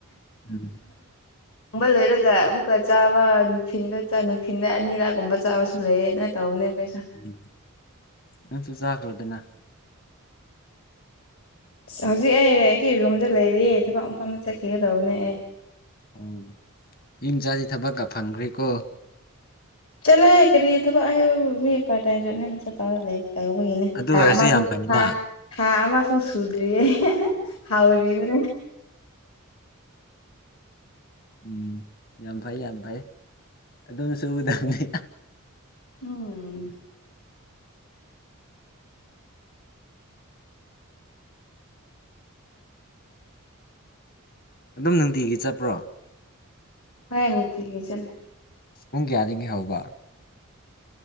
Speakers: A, on the left (about 45°); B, on the left (about 70°).
A: ꯎꯝ
B: ꯒꯨꯝꯕ ꯂꯣꯏꯔꯒ ꯑꯃꯨꯛꯀ ꯆꯥꯕ ꯅꯨꯡꯊꯤꯟꯗ ꯅꯨꯡꯊꯤꯤꯟꯗ ꯑꯅꯤꯔꯛꯒꯨꯝꯕ ꯆꯥꯕ ꯁ ꯂꯩꯌꯦꯅ ꯇꯧꯕꯅꯦ ꯑꯩꯈꯣꯏꯁꯨ
A: ꯎꯝ ꯅꯟꯁꯨ ꯆꯈꯕꯗꯅ
B: ꯑꯁ ꯍꯧꯖꯤꯛ ꯑꯩꯦ ꯑꯩꯒꯤ ꯔꯨꯝꯗ ꯂꯩꯔꯤ ꯊꯕꯛ ꯃꯐꯝꯗ ꯆꯠꯈꯤꯒꯗꯧꯕꯅꯦ ꯑꯦ
A: ꯎꯝ ꯌꯨꯝꯆꯥꯗꯤ ꯊꯕꯛꯀ ꯐꯪꯈ꯭ꯔꯦꯀꯣ
B: ꯆꯂ ꯍꯥꯏꯦ ꯀꯔꯤ ꯊꯕꯛ ꯍꯥꯏꯦꯕ ꯃꯤ ꯄꯥꯏ ꯇꯥꯏꯝ ꯆꯠ ꯇ ꯂꯩꯔ ꯇꯩꯧꯕꯒꯤꯅꯦ
A: ꯑꯗꯨ
B: ꯊꯥ
A: ꯑꯣꯏꯔꯁꯨ
B: ꯑꯃꯁꯨ
A: ꯌꯥꯝ ꯐꯩꯅ
B: ꯊꯥ ꯑꯃꯁꯨ ꯁꯨꯗ꯭ꯔꯤꯌꯦ ꯍꯥꯎ꯭ꯔꯤ ꯃ
A: ꯎꯝ ꯌꯥꯝ ꯐꯩ ꯌꯥꯝ ꯐꯩ ꯑꯗꯨꯝ ꯁꯨꯒꯗꯕꯅꯤ
B: ꯎꯝ
A: ꯑꯗꯨꯝ ꯅꯨꯡꯇꯤꯒꯤ ꯆꯠꯄ꯭ꯔꯣ
B: ꯍꯣꯏꯅ ꯊ ꯆꯂꯦ
A: ꯄꯨꯡ ꯀꯌꯥꯅꯤ ꯍꯧꯕ